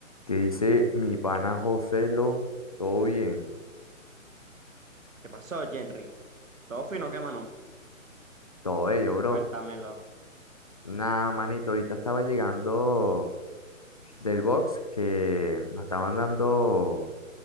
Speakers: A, on the left; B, on the right.
A: ¿Qué dice mi pana José lo Todo bien,
B: ¿Qué pasó, Henry? Todo fino, ¿qué, mano?
A: todo bello, bro.
B: Cuéntamelo.
A: Nada, manito, ahorita estaba llegando del box que nos estaban dando